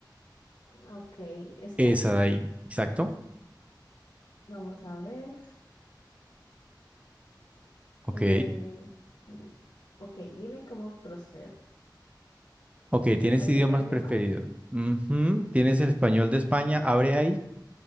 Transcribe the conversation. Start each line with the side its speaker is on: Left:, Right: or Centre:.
Left: Ok, esta.
Right: Esa de ahí. Exacto.
Left: Vamos a ver.
Right: Ok.
Left: Eh, mm, ok, dime cómo procedo.
Right: Ok, tienes
Left: ¿Agregar
Right: idiomas
Left: idioma?
Right: preferidos. Ujú, Tienes el español de España. Abre ahí